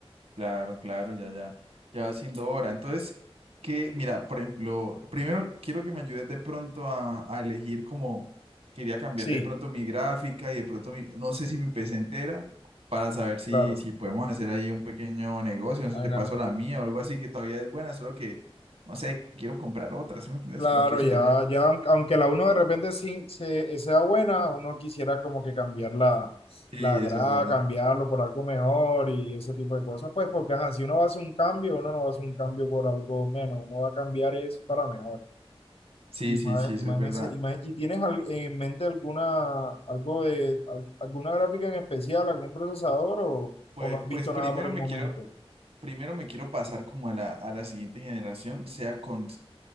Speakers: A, on the right (about 75°); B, on the left (about 70°).
A: Claro, claro, ya, ya, ya va siendo hora. Entonces, que, mira, por ejemplo, primero quiero que me ayudes de pronto a, a elegir como quería cambiar
B: Sí,
A: de pronto mi gráfica y de pronto mi, no sé si mi PC entera, para saber si,
B: claro.
A: si podemos hacer ahí un pequeño negocio, no sé, te
B: en
A: paso
B: al-
A: la mía o algo así que todavía es buena, solo que, no sé, quiero comprar otra, ¿sí me entiendes?
B: Claro,
A: Como quiero
B: ya,
A: sacarle.
B: ya, aunque la uno de repente sí, se, sea buena, uno quisiera como que cambiar la,
A: Sí,
B: la
A: eso
B: grada,
A: es verdad.
B: cambiarlo por algo mejor y ese tipo de cosas, pues porque ajá, si uno va a hacer un cambio, uno no va a hacer un cambio por algo menos, uno va a cambiar es para mejor.
A: Sí,
B: Y
A: sí,
B: más,
A: sí, eso
B: y más
A: es verdad.
B: en ese, y más- ¿y tienes al- en mente alguna, algo de, al- alguna gráfica en especial, algún procesador o,
A: Pues,
B: o no has visto
A: pues primero
B: nada por el
A: me
B: momento?
A: quiero, primero me quiero pasar como a la, a la siguiente generación, sea con,